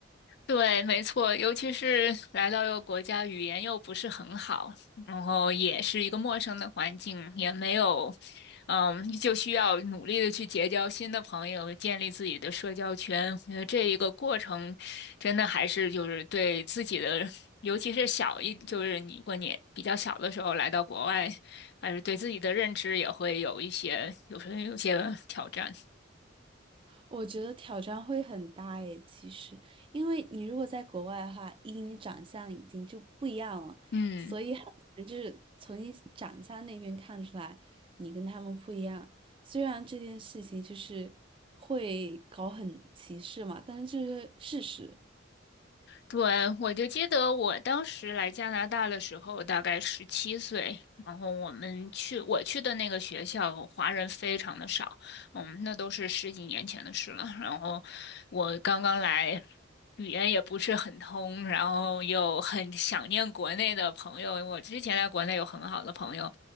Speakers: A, on the left (about 55°); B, on the right (about 25°).
A: 对，没错，尤其是来到一个国家，语言又不是很好，然后也是一个陌生的环境，也没有，嗯，就需要努力的去结交新的朋友，建立自己的社交圈。我觉得这一个过程，真的还是就是对自己的，尤其是小一，就是你过年比较小的时候来到国外，还是对自己的认知也会有一些，有时候有些挑战。
B: 我觉得挑战会很大诶，其实，因为你如果在国外的话，一你长相已经就不一样了，
A: 嗯。
B: 所以很多人就是从你长相那边看出来，你跟他们不一样。虽然这件事情就是会搞很歧视嘛，但是这是事实。
A: 对，我就记得我当时来加拿大的时候，大概十七岁，然后我们去我去的那个学校，华人非常的少，嗯，那都是十几年前的事了。然后我刚刚来，语言也不是很通，然后又很想念国内的朋友。我之前在国内有很好的朋友，